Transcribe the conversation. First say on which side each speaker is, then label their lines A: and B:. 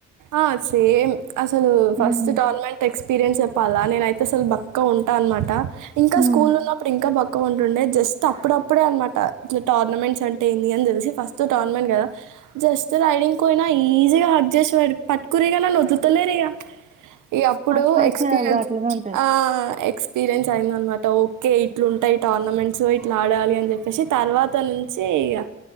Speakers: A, on the right; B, on the right.
A: ఆ సేమ్ అసలు ఫస్ట్
B: ఉహూ.
A: టోర్నమెంట్ ఎక్స్ పిరెన్స్ చెప్పాలా నేన అయితే అసలు బక్క ఉంటా అనమాట ఇంకా
B: హ్మ్.
A: స్కూల్ ఉన్నప్పుడు ఇంకా భక్ క ఉంటుండె జస్ట్ అప్పుడప్పుడే అనమాట ఇట్ల టోర్నమెంట్స్ అంటే ఏంది అని తెలిసి ఫస్ట్ టోర్నమెంట్ కదా జస్ రైడింగ్ కోయినా ఈజీగా హగ్ జేసి పట్టుకుర్రిగా నన్నోదళ్తా లేరిగా ఈ అప్పుడు
B: ఫస్ట్ ఫస్ట్
A: ఎక్స్పీరియన్స్
B: బ్రో అట్లనే ఉంటది.
A: ఆ ఎక్స్ ఎక్పీరిన్స్ అయిందనమాట ఒ కే ఇట్లుంటాయి టోర్నమెంట్స్ ఇట్లా ఆడాలి అని చెప్పేసి తర్వాత నుంచి ఇగ